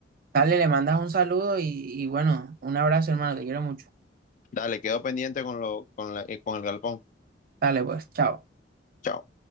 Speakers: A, on the right; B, on the left.
A: Dale, le mandas un saludo y, y bueno, un abrazo, hermano, te quiero mucho.
B: Dale, quedo pendiente con lo, con la- eh, con el galpón.
A: Dale, pues, chao.
B: Chao.